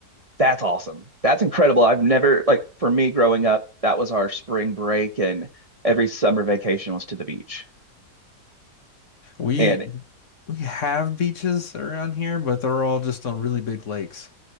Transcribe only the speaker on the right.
That's awesome. That's incredible. I've never, like, for me growing up, that was our spring break, and every summer vacation was to the beach.
And